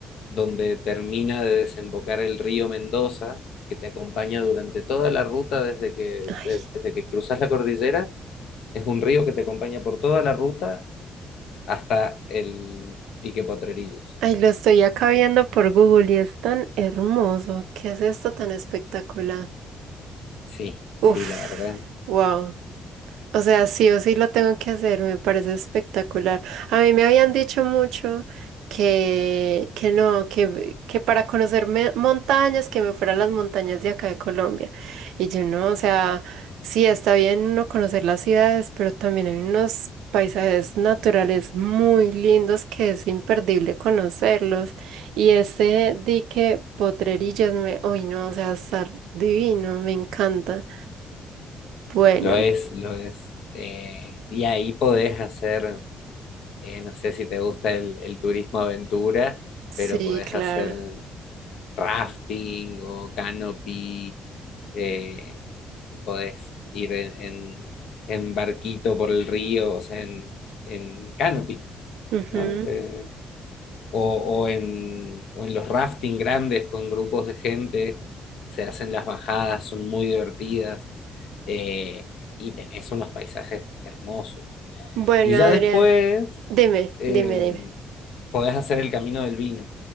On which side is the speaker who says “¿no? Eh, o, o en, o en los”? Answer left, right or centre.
Left